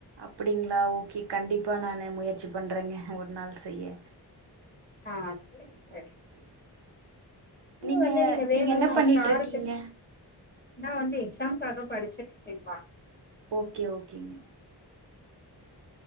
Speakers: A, on the right (about 80°); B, on the left (about 25°).
A: அப்டிங்களா ஓகே கண்டிப்பா நானு முயற்சி பண்றேங்க ஒரு நாள் செய்ய
B: ஆ சேரி சேரி
A: ஓகே
B: கூட
A: நீங்க
B: வந்து
A: நீங்க
B: வேணு
A: என்ன பண்ணிட்டு
B: காரத்துக்கு
A: இருக்கீங்க
B: நா வந்து எக்ஸாம்காக படிச்சுடுற்றுகே பா
A: ஓகே ஓகேங்க